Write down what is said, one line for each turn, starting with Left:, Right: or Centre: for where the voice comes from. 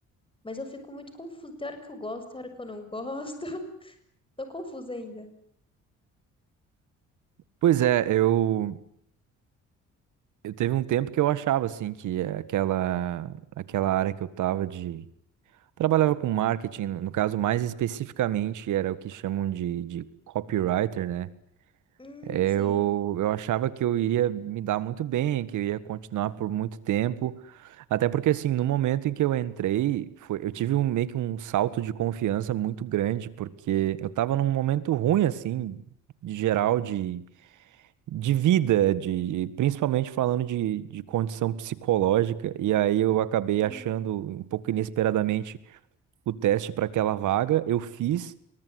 Left: Mas eu fico muito confusa. Tem hora que eu gosto, tem hora que eu não gosto. <laughs> Tô confusa ainda.
Right: Pois é, eu. Eu teve um tempo que eu achava assim que aquela aquela área que eu tava de trabalhava com marketing, no caso mais especificamente era o que chamam de, de copywriter, né?
Left: Hum,
Right: Eu,
Left: sim.
Right: eu achava que eu iria me dar muito bem, que eu ia continuar por muito tempo, até porque assim, no momento em que eu entrei, foi, eu tive um meio que um salto de confiança muito grande, porque eu estava num momento ruim assim, de geral de de vida, de principalmente falando de, de condição psicológica, e aí eu acabei
Left: Uhum.
Right: achando um pouco inesperadamente o teste para aquela vaga, eu fiz